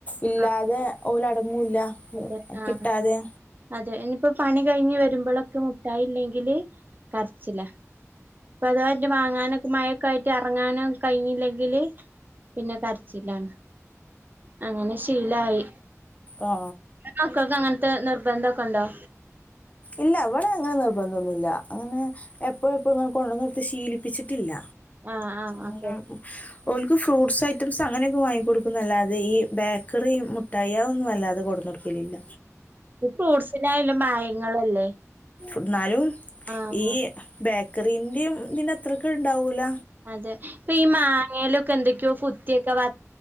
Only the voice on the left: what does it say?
ഇല്ലാതെ
ഓലടങ്ങൂല
കിട്ടാതെ
ആ
ഇല്ല ഇവിടെ അങ്ങനെ നിർബന്ധം ഒന്നുമില്ല അങ്ങനെ എ പ്പോഴുംപോഴും കൊണ്ടുവന്നു കൊടുത്ത് ശീലിപ്പിച്ചിട്ടില്ല
ഉണ്ടാ
ഓക്ക് ഫ്രൂട്ട്സ് ആ ഫ്രൂസ് അങ്ങനെയെന്നു വാങ്ങി കൊടുക്കുന്ന അല്ലാതെ ഈ ബേക്കറിയും മുട്ടയി ഒന്നും അല്ലാതെ കൊണ്ട് വന്ന് കൊടുക്കലില്ല
എന്നാലും
ഈ ബേക്കറിന്റെയും ഇതിൻ്റെ അത്രയ്ക്ക് ഉണ്ടാവൂല